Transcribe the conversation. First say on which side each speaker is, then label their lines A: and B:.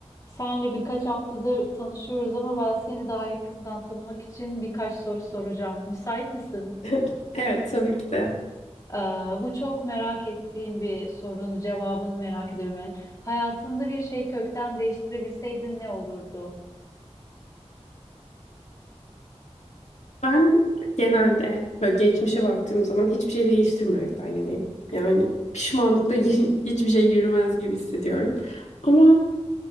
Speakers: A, on the left; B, on the left.
A: Senle birkaç haftadır tanışıyoruz ama ben seni daha yakından tanımak için birkaç soru soracağım. Müsait misin?
B: <laughs> Evet tabii ki de.
A: Ee, bu çok merak ettiğim bir sorunun cevabını merak ediyorum yani. Hayatında bir şey kökten değiştirebilseydin ne olurdu?
B: Ben genelde böyle geçmişe baktığım zaman hiçbir şey değiştirmemekten yanayım. Yani pişmanlıkla <laughs> hiçbir şey yürümez gibi hissediyorum. Ama